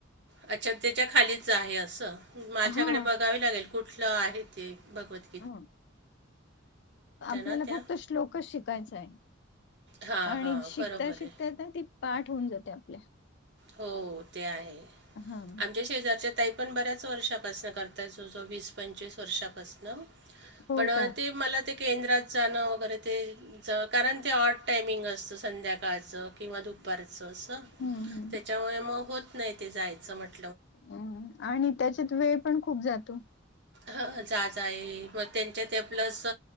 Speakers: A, on the right (about 60°); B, on the left (about 60°).
A: अच्छा त्याच्या खालीच आहे असं माझ्याकडे
B: हा
A: बघावे लागेल कुठलं आहे ते भगवती
B: ह आपल्याला
A: ना त्या
B: फक्त श्लोकच शिकायचा आहे
A: हां
B: आणि
A: हां
B: शिकता
A: बरोबर
B: शिकता
A: आहे
B: ना ती पाठ होऊन जाते आपल्या
A: हो ते आहे
B: हा.
A: आमच्या शेजारच्या टाईप आपण बऱ्याच वर्षापासन करताय जो जो वीस पंचवीस वर्षापासन
B: हो
A: पण
B: का
A: ते मला ते केंद्रात जाणं वगैरे ते जा कारण ते हऑट टायमिंग असतं संध्याकाळचं किंवा दुपारचं असं
B: हम हम
A: त्याच्यामुळे मग होत नाही ते जायचं म्हट
B: हम्म आणि त्याच्यात वेळ पण खूप जातो
A: ह जा-जा ये-ये मग त्यांच्या त्या प्लस